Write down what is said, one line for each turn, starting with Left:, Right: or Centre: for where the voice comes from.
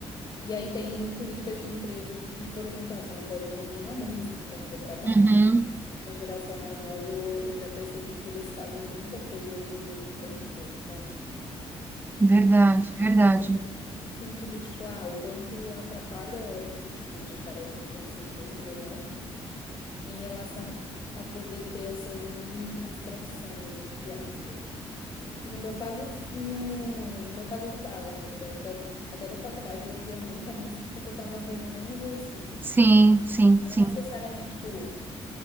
Left: E aí tem políticas de empresa que, por exemplo, ah, você não pode nem ouvir uma música enquanto você trabalha.
Right: uhum,
Left: A geração mais nova, eu, eu já percebi que eles fazem muita coisa ouvindo música o tempo todo, sabe?
Right: verdade, verdade.
Left: Eu não sei nesse sentido, tipo, ah, o quanto atrapalha o tipo de tarefa que tem que ser feita ou não, em relação a, a poder ter essas mini distrações, entre aspas, né? Que no meu caso, no, no meu caso ajudava, né? Da época até da faculdade eu ouvia muita música enquanto eu tava resolvendo exercício.
Right: Sim, sim,
Left: Não
Right: sim,
Left: necessariamente, tipo,